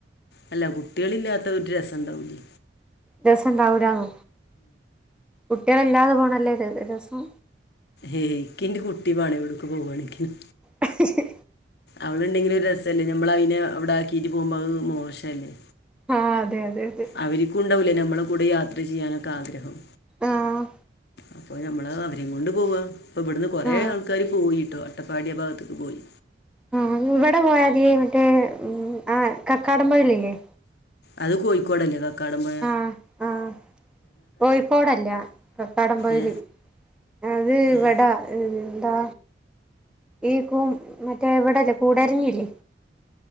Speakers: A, on the left; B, in the centre.
A: അല്ല കുട്ട്യേളില്ലാത്ത ഒരു രസൂണ്ടാവൂല.
B: രസണ്ടാവൂലന്നൊ കുട്ട്യേള് ഇല്ലാതെ പോണല്ലേ ര രസം.
A: ഏഹ് എനിക്കിന്റെ കുട്ടിവാണം എവിടക്ക് പോവാണെകിലും.
B: ഹ്ഹ്.
A: അവളുണ്ടെങ്കിലെ ഒരു രസല്ലേ ഞമ്മളയിനെ അവിടാക്കീട്ട് പോകുമ്പോ അത് മോശല്ലേ.
B: ആഹ് അതെ അതെ. അതെ
A: അവരിക്കും ഉണ്ടാവൂലേ നമ്മളെ കൂടെ യാത്ര ചെയ്യാനൊക്കെ ആഗ്രഹം.
B: ആഹ്
A: ഇപ്പൊ ഞമ്മള് അവരേം കൊണ്ട് പോവാ ഇപ്പവിടുന്ന് കൊറേ
B: ആ
A: ആൾക്കാാര് പോയിട്ടോ അട്ടപ്പാടി ആ ഭാഗത്ത്ക്ക് പോയി.
B: ആ ഇവിടെപോയാതി മറ്റേ ആ കക്കാടമമ്പൊഴലില്ലേ.
A: അത് കോയിക്കോടല്ലേ കക്കാട പൊഴ.
B: ആഹ് ആഹ്. കോയിക്കോടല്ല കക്കാടംപൊയൽ
A: ഏ
B: അത് ഇവടാ.
A: ഏ
B: എന്താ ഈ കു മറ്റേവിടെല്ലേ കൂടരഞ്ഞില്ലേ.